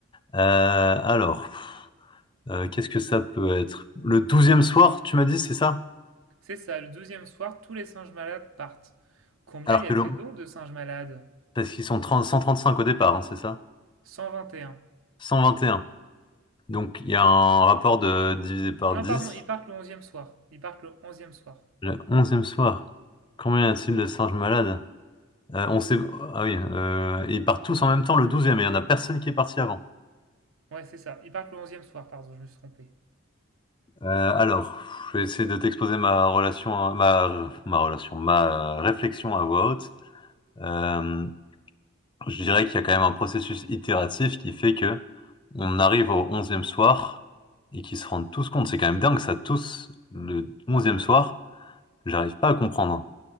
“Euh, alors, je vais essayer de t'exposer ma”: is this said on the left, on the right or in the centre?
Left